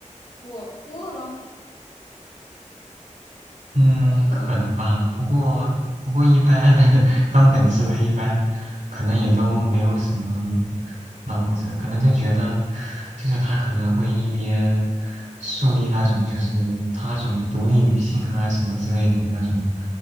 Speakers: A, on the left; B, on the right.
A: 过过了，
B: 嗯，
A: 可能。
B: 可能吧。不过，不过一般 <laughs> 当粉丝的，一般可能也都没有什么脑子，可能就觉得，就是他可能会一边树立那种就是他那种独立女性啊什么之类的那种